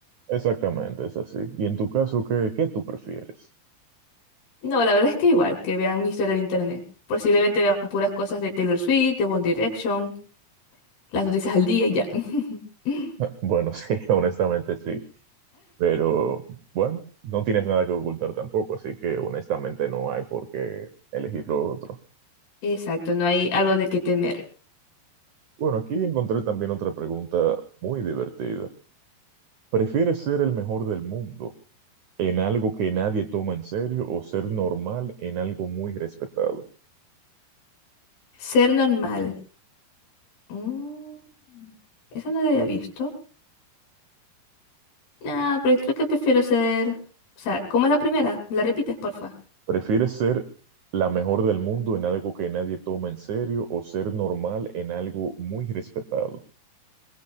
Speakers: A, on the right; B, on the left.
A: Exactamente, es así. Y en tu caso, ¿qué, qué tú prefieres?
B: No, la verdad es que igual, que vean mi historia de internet. Posiblemente vean puras cosas de Taylor Swift, de One Direction. las noticias al día y ya. <laughs>
A: <laughs> Bueno, sí, <laughs> honestamente sí, pero bueno, no tienes nada que ocultar tampoco, así que honestamente no hay por qué elegir lo otro.
B: Exacto, no hay algo de qué temer.
A: Bueno, aquí encontré también otra pregunta muy divertida. ¿Prefieres ser el mejor del mundo, en algo que nadie toma en serio o ser normal en algo muy respetado?
B: Ser normal. Mm, esa no la había visto. Ah, pero creo que prefiero ser... O sea, ¿cómo es la primera? ¿Me la repites, porfa?
A: ¿Prefieres ser la mejor del mundo en algo que nadie toma en serio o ser normal en algo muy respetado?